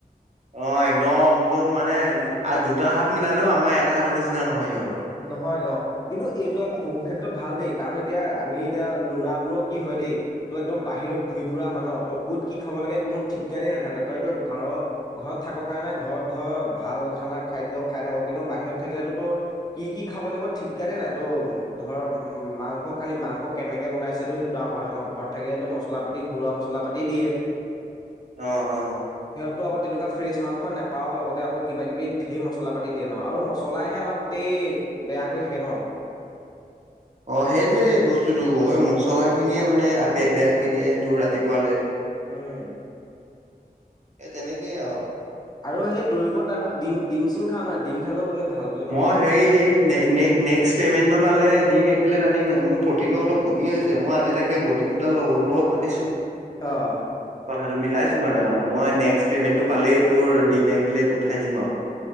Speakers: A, on the right (about 45°); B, on the left (about 25°).
A: অ একদম তটো মানে দুটা হাত মিলালেও আমাৰ এটা হাতৰ নিচিনা নহয় সিহঁত
B: নহয় গে, কিন্তু এইটো আকৌ বহু ক্ষেত্ৰত ক্ষেত্ৰত ভাল দেই। কাৰণ এতিয়া আমি এতিয়া ল'ৰাবোৰৰ কি হয় দেই তই একদম বাহিৰত ঘূৰি ফুৰা হয় ন ত ক'ত কি খাব লাগে কোনো ঠিকানেই নাথাকে। তইতো ঘৰৰ ঘৰত থাক কাৰণে ঘৰত ধৰ ভাল খানা খাদ্য খাই থাকো। কিন্তু বাহিৰত থাকিলে কি কি খাব লাগিব ঠিকানে নাই, তো ধৰ উ মাংস খালি মাংস কেনেকে বনাইছে টো সেইটো ডাঙৰ ঘৰত থাকিলেতো মছলা পাতি ঘৰুৱা মছলা পাতি দিয়ে।
A: অ অ
B: টো আকৌ তেনেকুৱা ফ্ৰেছ মাংস নাপাওঁ, লগতে আকৌ কিবা কিবি ধেৰ মছলা পাতি দিয়ে ন আৰু মছলাইহে আমাক অতি বেয়া কৰি থাকে ন!
A: অ সেইটয়ে বস্তুটো। এই মছলা খিনিয়ে মানে পেট বেয়া কৰি দিয়েটো ৰাতিপুৱালে।
B: উম
A: এ তেনেকেইে আৰু
B: আৰু সেই দৌৰিবৰ টাইমত ডিম ডিম চিম খাও নাই ডিম খালেও বোলে ভাল বুলি
A: মই
B: শুনোতো।
A: হেৰি এই নেক্স পেমেন্টটো পালে দিম প্লেট আনি মানে। মোৰ প্ৰটিনো অলপ কমি হৈছে মই আজি তাকে বডি বিল্ডৰ লগৰ লগত পাতিছোঁ।
B: আহ
A: আৰু মিলাইছো মানে অ' মই নেক্সট পে'মেণ্টটো পালেই তোৰ ডিম একগ প্লেট উঠাই দিম আৰু